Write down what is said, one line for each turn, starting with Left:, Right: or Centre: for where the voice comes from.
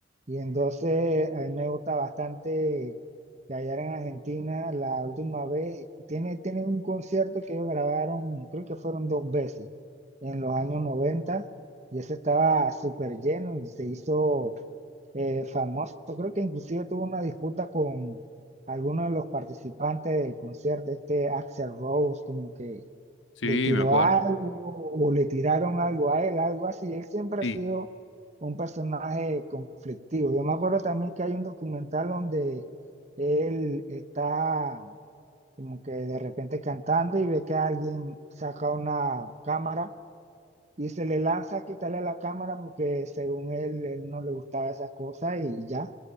Right: Y entonces, a mí me gusta bastante que allá en Argentina, la última vez, tiene, tiene un concierto que ellos grabaron, creo que fueron dos veces, en los años 90 y ese estaba súper lleno y se hizo eh, famoso. Creo que inclusive tuvo una disputa con alguno de los participantes del concierto, este Axel Rose, como que
Left: Sí,
Right: le tiró
Left: me acuerdo.
Right: algo o le tiraron algo a él, algo así. Él siempre
Left: Sí,
Right: ha sido un personaje conflictivo. Yo me acuerdo también que hay un documental donde él está como que de repente cantando y ve que alguien saca una cámara y se le lanza a quitarle la cámara porque según él, él no le gustaba esas cosas y ya.